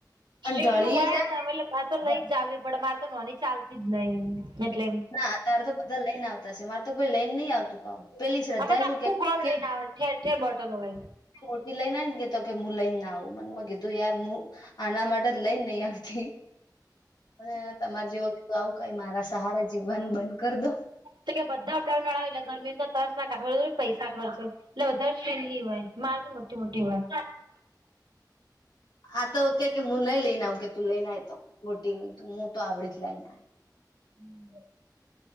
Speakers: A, on the left; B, on the right.
A: અને
B: સ્ટ્રીલ
A: ઢળીએ
B: નું હોય ને મતલબ એલેરે તો
A: જાય
B: લઈ જ જાવી પડે મારે તો નોની ચાલતી જ નહી એટલે
A: ના તારે તો બધા લઈન આવતાશે મારે તો કોઈ લઈન નહી આવતું કાવ પેલી શ્રદ્ધા
B: અમે તો
A: શું
B: આખું
A: કે
B: ગોમ
A: કે
B: લઈને આવે ઠેર ઠેરબોટલો હોય
A: મોટી લઈનેઈ આયને કીધતો કે ન લઈને ના આવું મનમ કીધું યારુંમુ આના માટે જ લઈન નીઆવતી અને તમારે જેવુ આવું કઈ મારા સહારા જીવવાનું બંધ કરી દો
B: તો કે બધા અપડાઉન વાળા એટલે ઘર ની અંદર તસ <unintelligible> પૈસા ખર્ચે એટલે વધારે શ્રેન <unintelligible> હોય મારે તો મોટી મોટી હોય
A: આ તો કે કે મુ નહી લઈને આવું કે તું લઈનેઆય તો મોટી હું તો મુ તો આવડી જ લઈને
B: હમ